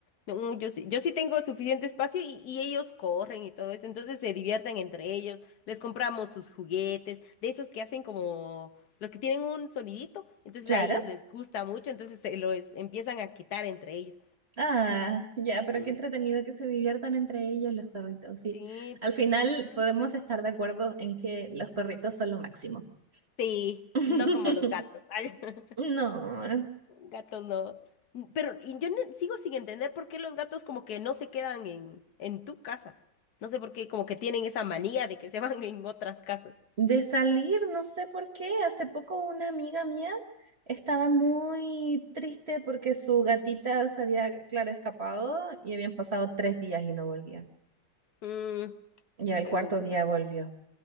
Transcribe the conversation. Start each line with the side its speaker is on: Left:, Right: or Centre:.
Left: No, yo sí, yo sí tengo suficiente espacio y, y ellos corren y todo eso, entonces se divierten entre ellos, les compramos sus juguetes, de esos que hacen como los que tienen un sonidito, entonces
Right: Claro.
Left: a ellos les gusta mucho, entonces se los empiezan a quitar entre ellos.
Right: Ah, ya, pero
Left: Mm,
Right: qué entretenido que se diviertan entre ellos los perritos. Sí,
Left: Sí,
Right: al final
Left: mm,
Right: podemos estar de acuerdo en que los perritos son lo máximo.
Left: sí,
Right: <laughs>
Left: no como los gatos. <laughs>
Right: No.
Left: Gatos no. N- Pero y yo no- sigo sin entender por qué los gatos como que no se quedan en, en tu casa. No sé por qué, como que tienen esa manía de que se <laughs> van en otras casas.
Right: De salir, no sé por qué. Hace poco una amiga mía estaba muy triste porque su gatita se había, claro, escapado y habían pasado tres días y no volvía.
Left: Mm,
Right: Ya el
Left: pero
Right: cuarto
Left: bueno.
Right: día volvió.